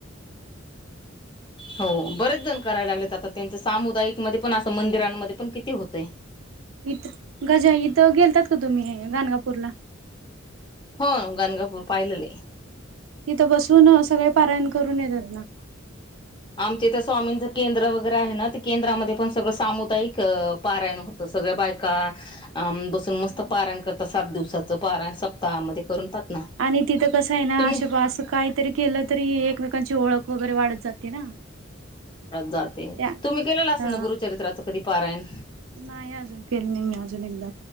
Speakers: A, on the right (about 85°); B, on the left (about 25°).
A: <inaudible>
B: हो बरेच जण करायला लागलेत आता त्यांच सामुदायिकमध्ये पण असं मंदिरांमध्ये पण किती होतय
A: इथं गज इथं गेलतात का तुम्ही गणगापूरला
B: हो गणगापूर पाहिलेले
A: तिथं बसून सगळे पारायण करून येतात ना
B: आमच्या इथ स्वामींचं केंद्र वगैरे आहे ना ते केंद्रामध्ये पण सगळं सामुदायिक पारायण होत सगळ्या बायका बसून मस्त
A: हा हा.
B: पाराण करतात सात दिवसाचं पाराण सप्ताहामध्ये करून तात ना
A: आणि तिथं कसं आहे ना
B: तुम्ही
A: अशं असं काहीतरी केलं तरी एकमेकांची ओळख वगैरे वाढत जात ना
B: जाते
A: त्या
B: तुम्ही केलेलं असं
A: हा
B: ना गुरुचरित्राचं कधी पारायण
A: नाही अजून केले नाही मी अजून एकदा